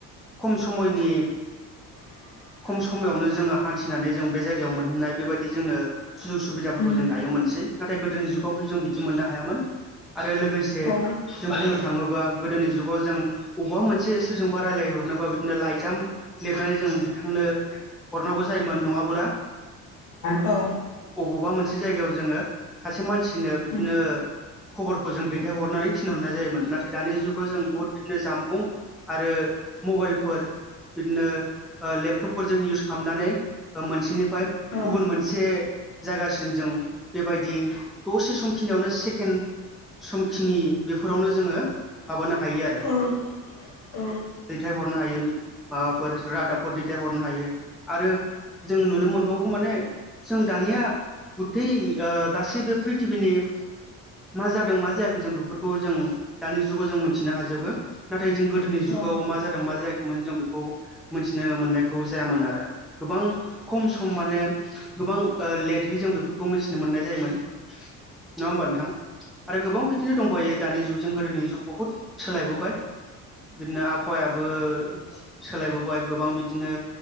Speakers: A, in the centre; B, on the left.
A: खम समयनि
B: <unintelligible>
A: खम समायावनो जोङो हान्थिनानै जों बे जायगायाव मोनहैनाय बेबायदि जोंनो सुजुग सुबिदाफोरखौ
B: उम
A: जों दायो मोनसै। नाथाय गोदोनि जुगाव जों बिदि मोननो हायामोन। आरो लोगोसे
B: औ
A: जों बुंनो थाङोबा गोदोनि जु जों अबावबा मोनसे सोरजोंबा रायजलायहरनोबा बिदिनो लाइजाम लिरनानै जों बिथांनो हरनांगौ जायोमोन नङाबोला
B: औ
A: अबबा मोनसे जायगायाव जोङो सासे मानसिनो बिदिनो
B: उम
A: खबरखौ जों दैथायहरनानै थिनहरनाय जायोमोन नाथाय दानि जुगाव जों बहुत बिदिनो जामबुं आरो मबाइलफोर बिदिनो लेपटपफोरजों इउस खालामनानै मोनसेनिफ्राय
B: औ
A: गुबुन मोनसे जायगासिम जों बेबायदि दसे समखिनियावनो सेकेन्ड समखिनि बेफोरावनो जोङो माबानो हायो आरो।
B: औ औ
A: दैथाय हरनो हायो माबाफोर रादाबफोर दैथायहरनो हायो आरो जों नुनो मोनबावो। माने जों दानिया गुथै ओ गासैबो प्रिथिबिनि मा जादों मा जायाखै जों बेफोरखौ जों दानि जुगाव जों मोन थिनो हाजोबो नाथाय जों गोदोनि जुगाव
B: उम औ
A: मा जादों मा जायाखै जों बेखौ मिथिनो मोननायखौ जायामोन आरो गोबां खम सम माने गोबां लेटहै जों बेफोरखौ मिथिनो मोननाय जायोमोन। नङा होमबा नोंथां आरो गोबां बिदिनो दंबावायो दानि जुगजों गोदोनि जुग बहुत सोलायबोबाय बिदिनो आबहावायाबो। सोलायबोबाय गोबां बिदिनो